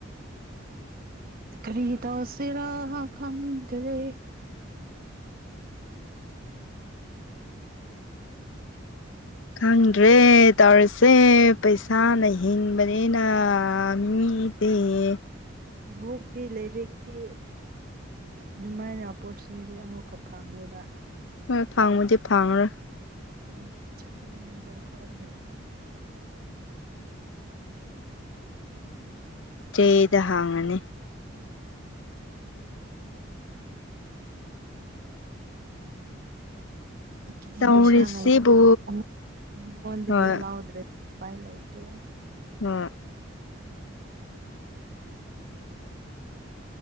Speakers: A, on the right; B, on the left.
A: ꯀ꯭ꯔꯤ ꯇꯧꯁꯤꯔꯥ ꯈꯪꯗ꯭ꯔꯦ
B: ꯈꯪꯗ꯭ꯔꯦ ꯇꯧꯔꯤꯁꯦ ꯄꯩꯁꯥꯅ ꯍꯤꯡꯕꯅꯤꯅ ꯃꯤ ꯄꯤꯌꯦ
A: ꯕꯨꯛꯇꯤ ꯂꯩꯔꯤꯛꯇꯤ ꯑꯗꯨꯃꯥꯏꯅ ꯑꯣꯄꯣꯔꯆꯨꯅꯤꯇꯤ ꯑꯃꯨꯛꯀ ꯐꯪꯉꯣꯏꯕ
B: ꯍꯣꯏ ꯐꯪꯕꯨꯗꯤ ꯐꯪꯉꯔꯣꯏ
A: ꯑꯗꯨꯗꯤ ꯆꯠꯅꯤꯡꯕꯀꯣ ꯑꯩꯅ
B: ꯆꯦꯗ ꯍꯥꯡꯉꯅꯤ
A: ꯑꯩꯒꯤꯗꯤ
B: ꯇꯧꯔꯤꯁꯤꯕꯨ
A: ꯄꯩꯁꯥ ꯂꯩ ꯑꯃ ꯐꯣꯟꯗꯒꯤ
B: ꯍꯣꯏ
A: ꯂꯧꯗ꯭ꯔꯦ ꯎꯄꯥꯏ ꯂꯩꯇꯦ
B: ꯎꯝ